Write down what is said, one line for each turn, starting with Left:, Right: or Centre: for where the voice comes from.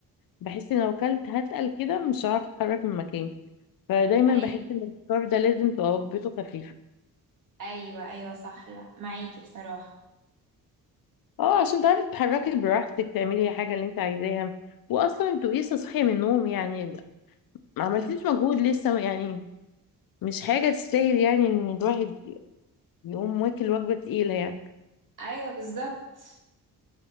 Left: بحس ان لو كلت هتقل كده مش هعرف اتحرك من مكاني فدايما
Right: ايوه
Left: بحس ان الفطار ده لازم تبقى وجبته خفيفة
Right: ايوه ايوه صح لا معاكي بصراحه
Left: اه عشان تعرفي تتحركي براحتك تعملي حاجة اللي انت عايزاها واصلا انتوا لسه صاحية من النوم يعني ما عملتيش
Right: مم.
Left: مجهود لسه يعني مش حاجة تستاهل يعني ان الواحد يقوم واكل وجبة تقيلة يعني
Right: ايوه بالظبط